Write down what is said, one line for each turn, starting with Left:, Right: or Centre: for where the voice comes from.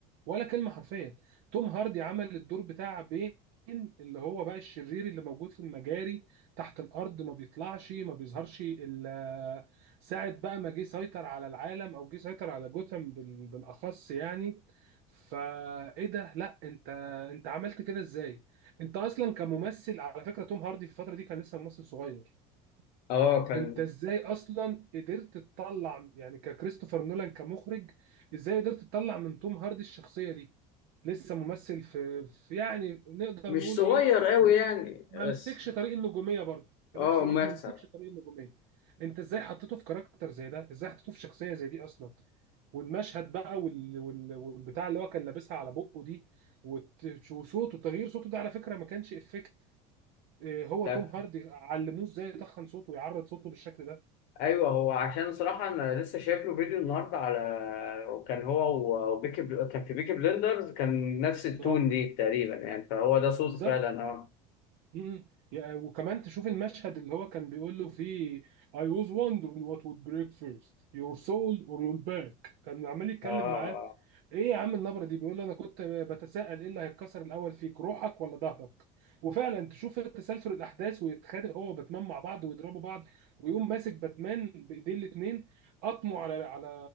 Right: ولا كلمه حرفيا توم هاردي عمل الدور بتاع بين اللي هو بقى الشرير اللي موجود في المجاري تحت الارض ما بيطلعش ما بيظهرش الا ساعه بقى ما جه سيطر على العالم او جه سيطر على جوثام بال- بالاخص يعني فايه ده لا انت انت عملت كده ازاي انت اصلا كممثل على فكره توم هاردي في الفتره دي كان لسه ممثل صغير
Left: اه كان
Right: انت ازاي اصلا قدرت تطلع يعني ككريستوفر نولان كمخرج ازاي قدرت تطلع من توم هاردي الشخصيه دي لسه ممثل في, في يعني نقدر
Left: مش
Right: نقول
Left: صغير
Right: ايه
Left: قوي
Right: ما
Left: يعني
Right: ما
Left: بس
Right: مسكش طريق النجوميه برضه في
Left: اه
Right: نفس الوقت
Left: ممثل
Right: ما مسكش طريق النجوميه انت ازاي حطيته في كاركتر زي ده ازاي حطيته في شخصيه زي دي اصلا والمشهد بقى وال... وال... والبتاع اللي هو كان لابسها على بقه دي وت- وصوته تغيير صوته ده على فكره ما كانش افكت آه، هو
Left: ده
Right: توم هاردي علموه ازاي يتخن صوته ويعرض صوته بالشكل ده
Left: ايوه هو عشان صراحه انا لسه شايف له فيديو النهارده على وكان هو و- وبيكي بل... كان في بيكي بلندرز كان نفس التون
Right: اه
Left: دي تقريبا يعني فهو ده صوته
Right: بالظبط
Left: فعلا اه
Right: مم. يا- وكمان تشوف المشهد اللي هو كان بيقول له فيه I was wondering what would break first your soul or your back كان عمال يتكلم
Left: اه
Right: معاه ايه يا عم النبرة دي بيقول له انا كنت بتساءل ايه اللي هيتكسر الاول فيك روحك ولا ظهرك وفعلا تشوف تسلسل الاحداث ويتخانق هو وباتمان مع بعض ويضربوا بعض ويقوم ماسك باتمان بايديه الاتنين قطمه على على